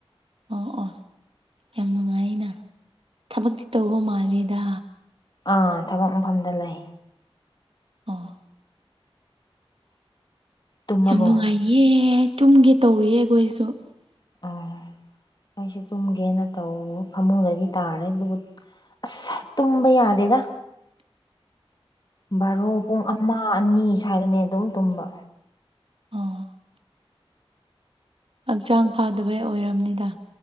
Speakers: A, on the right (about 70°); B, on the left (about 45°).
A: ꯑꯣ ꯑꯣ ꯌꯥꯝ ꯅꯨꯡꯉꯥꯏꯅ ꯊꯕꯛꯇꯤ ꯇꯧꯕ ꯃꯥꯜꯂꯦꯗ
B: ꯑꯥ ꯊꯕꯛ ꯃꯐꯝꯗ ꯂꯩ
A: ꯑꯣ
B: ꯇꯨꯝꯃꯕꯣ
A: ꯌꯥꯝ ꯅꯨꯡꯉꯥꯏ ꯌꯦ ꯇꯨꯝꯒꯦ ꯇꯧꯔꯤꯌꯦ ꯑꯩꯈꯣꯏꯁꯨ <inaudible>
B: ꯑꯥ ꯑꯩꯁꯨ ꯇꯨꯝꯒꯦꯅ ꯇꯧꯋ ꯐꯃꯨꯡꯗꯒꯤ ꯇꯥꯔꯦ ꯗꯨꯒ ꯑꯁ ꯇꯨꯝꯕ ꯌꯥꯗꯦꯗ
A: <inaudible>
B: ꯕꯥꯔꯣ ꯄꯨꯡ ꯑꯃꯥ ꯑꯅꯤ ꯁ꯭ꯋꯥꯏꯗꯅꯦ ꯑꯗꯨꯝ ꯇꯨꯝꯕ
A: ꯑꯣ ꯍꯛꯆꯥꯡ ꯐꯥꯗꯕꯩ ꯑꯣꯏꯔꯝꯅꯤꯗ